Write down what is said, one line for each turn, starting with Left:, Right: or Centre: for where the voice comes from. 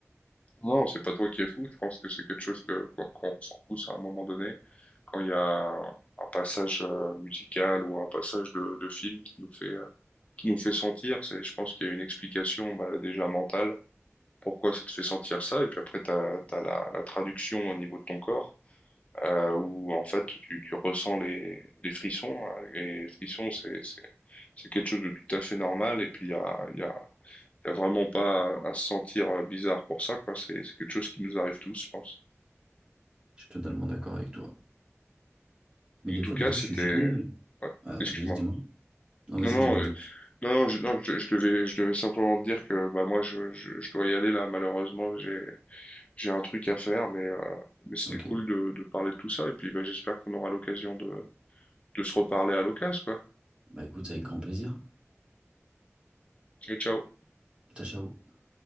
Left: Non, c'est pas toi qui es fou. Je pense que c'est quelque chose que qu'on qu'on ressent tous à un moment donné quand il y a un, un passage euh, musical ou un passage de, de film qui nous fait euh, qui nous fait sentir. C'est, je pense qu'il y a une explication bah, déjà mentale pourquoi ça te fait sentir ça, et puis après, tu as, t'as la, la, traduction au niveau de ton corps, euh, où en fait, tu, tu ressens les, les frissons, hein, et les frissons, c'est, c'est, c'est quelque chose de tout à fait normal, et puis il y a, y, a, y a, vraiment pas à, à, se sentir euh, bizarre pour ça, quoi. C'est, c'est quelque chose qui nous arrive tous, je pense.
Right: Je suis totalement d'accord avec toi. Mais des
Left: En tout
Right: fois,
Left: cas,
Right: des fois,
Left: c'était...
Right: je suis gêné.
Left: Ouais,
Right: Euh,
Left: excuse-moi.
Right: vas-y, dis-moi. Non, vas-y,
Left: Non, non,
Right: dis-moi,
Left: euh,
Right: dis-moi.
Left: non, non, je, non je, je, devais, je devais simplement te dire que bah, moi, je, je, je dois y aller là, malheureusement, j'ai j'ai un truc à faire, mais, euh, mais c'était
Right: Ok.
Left: cool de, de parler de tout ça. Et puis, bah, j'espère qu'on aura l'occasion de, de se reparler à l'occasion, quoi.
Right: Bah écoute, avec grand plaisir.
Left: Ciao, ciao.
Right: Ciao, ciao.